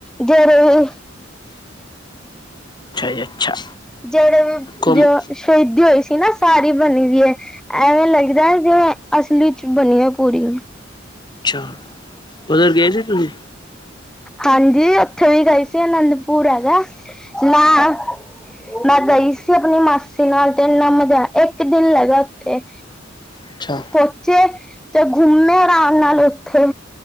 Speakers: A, in the centre; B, on the left.
A: ਜੋ ਰੋ ਏ
B: ਜੀ ਅੱਛਾ
A: ਜਿਹੜੇ ਵੀ
B: ਕਮ
A: ਜੇ ਸਹੀਦ ਹੋਈ ਸੀ ਨਾ ਸਾਰੀ ਬਣੀ ਵੀਈ ਏ। ਐਵੇਂ ਲੱਗਦਾ ਜਿਵੇਂ ਅਸਲੀ ਚ ਬਣੀ ਹੈ ਪੂਰੀ।
B: ਅੱਛਾ। ਉਧਰ ਗਏ ਸੀ ਤੁਸੀਂ
A: ਹਾਂਜੀ ਉੱਥੇ ਵੀ ਗਏ ਸੀ ਅਨੰਦਪੁਰ ਹੈਗਾ, ਮੈਂ ਮੈਂ ਗਈ ਸੀ ਆਪਣੀ ਮਾਸੀ ਨਾਲ ਤੇ ਨਮਦ ਇੱਕ ਦਿਨ ਲਗਾ ਉੱਥੇ।
B: ਅੱਛਾ
A: ਪਹੁੰਚੇ ਤੇ ਘੁੰਮੇ ਆਰਾਮ ਨਾਲ ਉੱਥੇ।